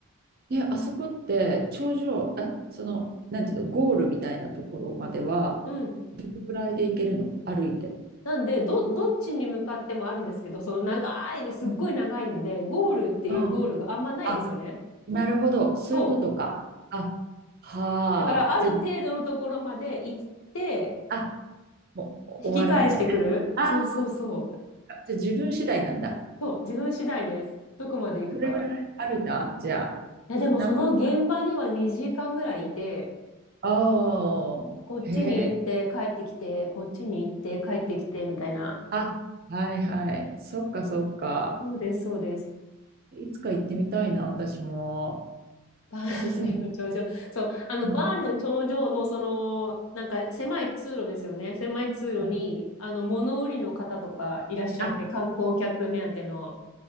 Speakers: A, on the right; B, on the left.
A: ね、あそこって頂上、え、その、なんていうの、ゴールみたいなところまでは、
B: <laughs> うん
A: どのぐらいで行けるの歩いて。
B: なんでどどっちに向かってもあるんですけどその長いですっごい長いのでゴールっていうゴールがあんまないですよね
A: あ、あ、なるほど。そういうことか。
B: そう
A: あ、はあ。
B: だからある程度のところまで行って
A: じゃあ、あ、もう終わるのね。
B: 引き返してくるそうそうそう
A: ああ、じゃあ自分次第なんだ。
B: そう自分次第ですどこまで行くか
A: どれぐらい歩いたじゃあ、
B: いやでもその現場には2時間ぐらいいて
A: 何分ぐらいああ、
B: こっちに行って帰ってきてこっちに行って帰ってきてみたいな
A: へえ。あ、はいはい。そっかそっか。
B: そうです、そうです。
A: いつか行ってみたいな、私も。
B: バーンリの頂上。
A: おすすめ。
B: そう、あの、
A: うんう
B: バーンリの頂上の、その、なんか狭い通路ですよね。狭い通路に、
A: ん
B: あの、物売りの方とかいらっしゃって、
A: あ、
B: 観光客目当ての、